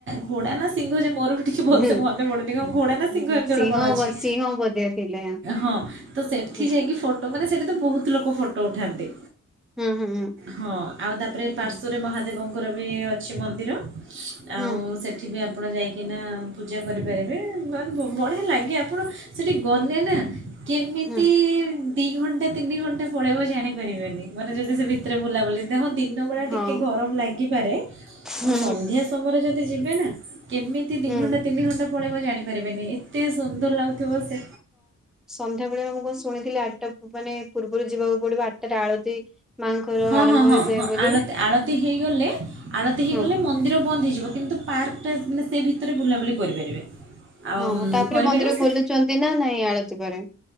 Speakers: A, on the right; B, in the centre.
A: ଘୋଡା ନା ସିଂଘ ଯେ ମୋର ବି ଟିକେ ଭଲସେ
B: ହୁଁ
A: ମନେ ପଡୁନି କଣ
B: ହୁଁ
A: ଘୋଡା ନା ସିଂଘ
B: ହୁଁ
A: ଏମିତି
B: ସିଂହ
A: ଗୋଟେ କଣ ଅଛି
B: ବ- ସିଂହ ବୋଧେ ଥିଲେ
A: ହଁ। ତ ସେଠି
B: ହୁଁ
A: ଯାଇକି ଫଟୋ ମାନେ ସେଠି ତ ବହୁତ ଲୋକ ଫଟୋ ଉଠାନ୍ତି।
B: ହୁଁ ହୁଁ ହୁଁ।
A: ହଁ ଆଉ ତାପରେ ପାର୍ଶ୍ୱରେ
B: ହୁଁ
A: ମହାଦେବଙ୍କର ବି ଅଛି ମନ୍ଦିର।
B: ହୁଁ
A: ଆଉ ସେଠି ବି ଆ ଆପଣ ଯାଇକିନା ପୂଜା କରିପାରିବେ ବଢିଆ ଲାଗେ ଆପଣ ସେଠି ଗଲେ ନା କେମିତି
B: ହୁଁ
A: ଦି ଘଣ୍ଟା ତିନି ଘଣ୍ଟା ପଳେଇବ ଜାଣିପାରିବେନି ମାନେ ଯଦି ସେ ରେ ବୁଲାବୁଲି ଦେହ ଦିନ ବେଳା
B: ହଁ
A: ଟିକେ ଗରମ ଲାଗିପାରେ
B: ହୁଁ
A: ସଧ୍ୟ ସମୟରେ ଯଦି ଯିବେ ନା କେମିତି ଦୁଇ
B: ହୁଁ
A: ଘଣ୍ଟା ତିନି ଘଣ୍ଟା ପଳେଇବ ଜାଣିପାରିବିନି ଏ ଏତେ ସୁନ୍ଦର ଲାଗୁଥିବ ସେ
B: ସନ୍ଧ୍ୟାବେେଳେ ଆମଁ କଣ ଶୁଣିଥିଲି ଆଠଟା ମାନେ ପୂର୍ବରୁ ଯିବାକୁ ପଡିବ ଆଠଟାରେ ଆଳତି। ମାଙ୍କର
A: ହଁ
B: ଆରମ୍ଭ
A: ହଁ ହଁ
B: ହେଇଯାଏ
A: ହଁ
B: ବୋଲି
A: ଆଳତି ହେଇଗଲେ ଆଳତି ହେଇଗଲେ
B: ହଁ
A: ମନ୍ଦିର ବନ୍ଦ ହେଇଯିବ କିନ୍ତୁ ପାର୍କଟା ମାନେ ସେ ଭିତରେ ବୁଲାବୁଲି କରିପାରିବେ। ଆଉ
B: ହଁ
A: ଉମ୍,
B: ତାପରେ
A: କରିପାରିବେ
B: ମନ୍ଦିର
A: ସେ
B: ଖୋଲୁଛନ୍ତି ନା ନାଇଁ ଆଳତି ପରେରେ?